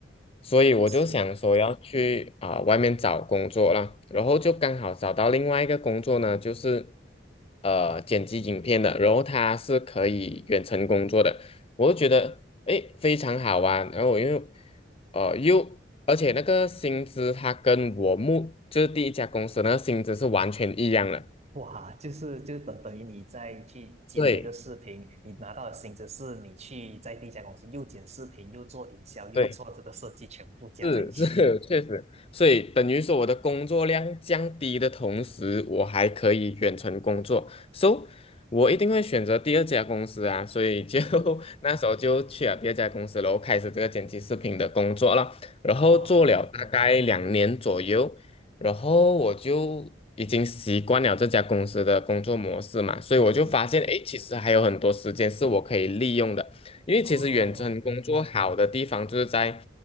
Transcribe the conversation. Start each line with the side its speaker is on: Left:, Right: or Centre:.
Left: 所以我就想说要去啊、
Right: 是。
Left: 外面找工作啦，然后就刚好找到另外一个工作呢，就是呃剪辑影片的，然后它是可以远程工作的。我就觉得诶非常好玩。然后我又呃又而且那个薪资它跟我目就是第一家公司那个薪资是完全一样的，
Right: 哇，就是就是等等于你再去剪这个视频，
Left: 对
Right: 你拿到的薪资是你去在第一家公司又剪视频，又做营销，又做这个设计，
Left: 对，
Right: 全部加在一起。
Left: 是 <laughs> 是，确实，所以等于说我的工作量降低的同时，我还可以远程工作，so 我一定会选择第二家公司啊，所以就
Right: 嗯，
Left: <laughs> 那时候就去了第二家公司，然后开始这个剪辑视频的工作了，然后做了大概两年左右，
Right: <laughs> 哦，
Left: 然后我就已经习惯了这家公司的工作模式嘛，所以我就发现，
Right: 嗯嗯，
Left: 诶，其实还有很多时间是我可以利用的。因为其实远程工作好的地方就是在
Right: 哦，